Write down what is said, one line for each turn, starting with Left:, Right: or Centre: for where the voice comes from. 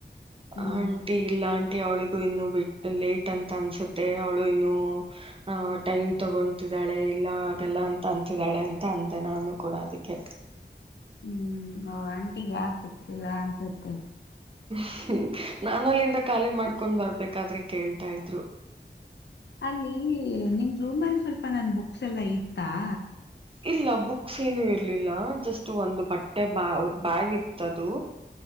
Left: ಹ್ಮ್
Right: ಹ ಆಂಟಿ ಅವಳಿಗೂ ಇನ್ನು ಬಿಟ್ಟ ಲೇಟ್ ಅಂತ ಅನ್ಸುತ್ತೆ ಅವಳು ಇನ್ನು ಅ ಟೈಮ್ ತಗೊತಿದ್ದಾಳೆ ಇಲ್ಲ ಆಗಲ್ಲ ಅಂತ ಅಂತಿದ್ದಾಳೆ ಅಂತ ಅಂದಂದೆ ನಾನು ಕೂಡ ಅದಕ್ಕೆ
Left: ಹ್ಮ್ ನ್ ಅಂಟಿಿಗೆ ಯಾರ ಸಿಕ್ತಿಲ್ಲ ಅನ್ಸತ್ತೆ
Right: ಹ್ಮ ನಾನಲ್ಲಿಂದ ಖಾಲಿ ಮಾಡ್ಕೊಂಡ್ ಬರ್ಬೇಕಾದ್ರೆ ಕೇಳ್ತಾ ಇದ್ರು
Left: ಅಲ್ಲಿ ನಿಮ್ ರೂಮ್ ಅಲ್ಲಿ ಸ್ವಲ್ಪ ನನ್ ಬುಕ್ಸ್ ಎಲ್ಲಾ ಇತ್ತು ಹಾ
Right: ಇಲ್ಲ ಬುಕ್ಸ್ ಏನು ಇರ್ಲಿಲ್ಲ ಜಸ್ಟ್ ಒಂದು ಬಟ್ಟೆ ಬ ಬ್ಯಾಗ್ ಇತ್ತದು